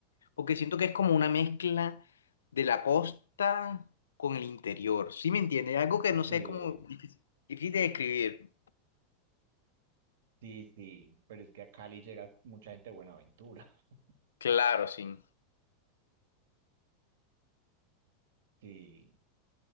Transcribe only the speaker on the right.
Sí,
sí, sí, pero es que a Cali llega mucha gente de Buenaventura. <laughs>
Sí,